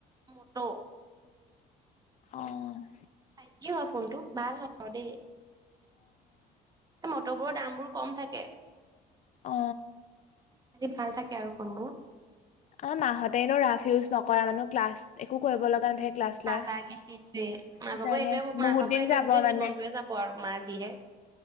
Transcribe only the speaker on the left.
অ',
অ
অ মাহঁতে এনে ৰাফ ইউজ নকৰা মানে ক্লাছ একো কৰিব লগা নাথাকে। ক্লাছ চ্লাছ
সেইকাৰণে
বহুত
দিন
যাব
মানে